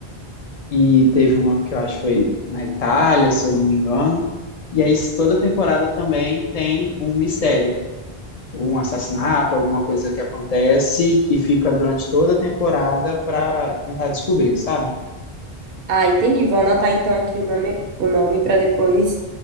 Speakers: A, on the left; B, on the right.
A: e teve uma que eu acho que foi na Itália, se eu não me engano. E aí toda temporada também tem um mistério, ou um assassinato, alguma coisa que acontece que fica durante toda a temporada para tentar descobrir, sabe?
B: Ah, entendi. Vou anotar então aqui o nome, o nome para depois